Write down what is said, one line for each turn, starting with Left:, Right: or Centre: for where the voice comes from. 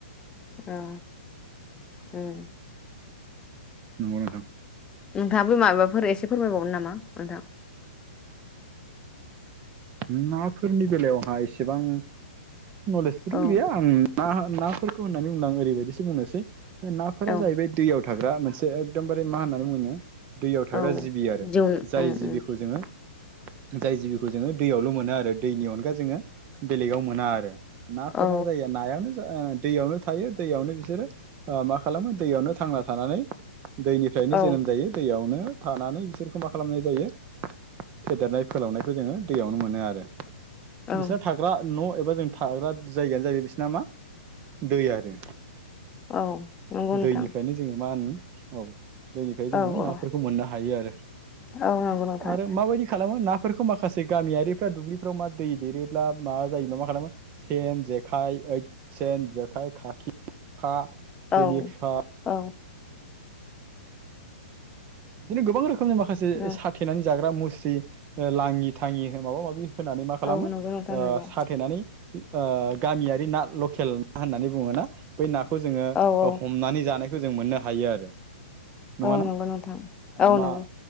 Left: औ उम।
Right: नंगौ नोंथां
Left: नोंथांङाबो माबाफोर एसे फोरमायबावगोन नामा नोंथां?
Right: नाफोरनि बेलायावहा एसेबां नलेजबोथ'
Left: औ
Right: गैया आं ना नाफोरखौ होननानै बुंदों आं ओरैबायदिसो बुंनोसै नाफोरा
Left: औ
Right: जाहैबाय दैयाव थाग्रा मोनसे एकदमबारे मा होननानै बुंगोन दैयाव थाग्रा
Left: औ
Right: जिबि आरो
Left: जिउ
Right: जाय
Left: उम
Right: जिबिखौ
Left: उम
Right: जोंङो जाय जिबिखौ जोंङो दैयावल' मोन दा आरो दैनि अनगा आरो जों बेलेगाव मोना आरो ना फोरना
Left: औ
Right: जायो नायानो ओ दैयावनो थायो दैयावनो बिसोरो मा खालामो दैयावनो थांना थानानै दैनिफ्रायनो
Left: औ
Right: जोनोम जायो दैयावनो थानानै बिसोरखौ मा खालामनाय जायो? फेदेरनाय फोलावनायखौ जोंङो दैयावनो मोनो आरो।
Left: औ
Right: बिसोरना थाग्रा न' एबा जों थाग्रा जायगायानो जायो बिसोरना मा? दै आरो
Left: औ नंगौ नोंथां
Right: दैनिफ्रायनो जोंङो मा होनो औ। दैनिफ्राय जोङो
Left: औ औ
Right: नाफोरखौ मोननो हायो आरो
Left: औ नंगौ नोंथां
Right: आरो माबायदि खालामो ना फोर माखासे गामियारिफ्रा दुब्लि दु ब्लिफ्राव मा दै देरोब्ला मा जायोब्ला मा खालामो सेन, जेखाय, ओद सेन, जेखाय खिरखा फा बेनिफ्राय
Left: औ औ
Right: बिदिनो गोबां रोखोमनि माखासे
Left: औ
Right: साथेनानै जाग्रा मु स्रि लाङि-थाङि माबा माबि होनानै मा खालामो
Left: औ नंगौ नोंथां
Right: ओ
Left: नंगौ
Right: साथेनानै ओ गामियारि ना लकेल ना होननानै बुङोना बै ना खौ जोङो
Left: औ औ
Right: हमनानै जानायखौ जों मोननो हायो आरो। नङाना?
Left: औ नंगौ नोंथां औ
Right: मा
Left: नंगौ